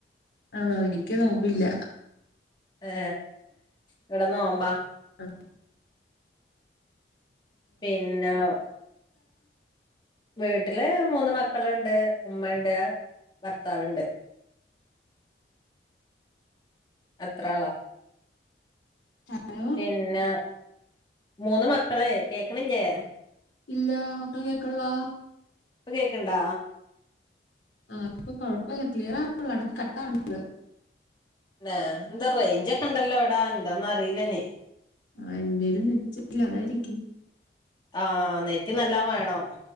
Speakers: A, on the left; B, on the left.
A: ആണോ എനിക്ക് നോമ്പില്ല
B: ഏ ഇവിടെ നോമ്പ
A: ആ
B: പിന്നവ് വീട്ടില് മൂന്ന് മക്കള്ണ്ട് ഉമ്മണ്ട് ഭർത്താവ്ണ്ട് അത്രാളാ
A: ഹലോ
B: പിന്നെ മൂന്ന് മക്കള് കേക്കണില്ലേ
A: ഇല്ല ഒക്കെ കേക്കള്ളാ
B: ഇപ്പൊ കേക്ണ്ടാ
A: ആ ഇപ്പൊ കൊഴപ്പമല്ല ക്ലിയർ ആള്ളൂ അടക്ക് കട്ടാവുന്നണ്ട്
B: എന്താ റിയിഞ്ചോക്കെ ഉണ്ടല്ലോ ഇ വിടാ എന്താന്ന അറിയിലനി
A: ആ എന്തേലും നിച്ചല്ല അതായിരിക്കും
B: ആ നെറ്റ് നല്ലം വേണം